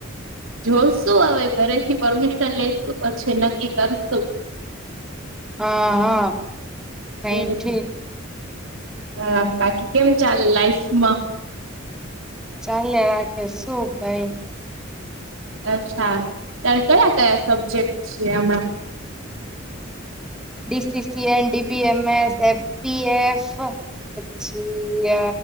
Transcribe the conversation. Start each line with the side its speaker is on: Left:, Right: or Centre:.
Right: જોશું હવે ઘરેથી પરમિશન લેેશું પછી નક્કી કરશું
Centre: હા હા સાઈ
Right: હમ
Centre: ઠીક
Right: હા બાકી કેમ ચાલે લાાઈફમાં
Centre: ચલે રાખે શું કઈ
Right: અચ્છા ત્યારે કયા કયા સબ્જેક્ટ છે હણા
Centre: ડીસીસીએન ડીબી એમ એસ એફપીએફ પછી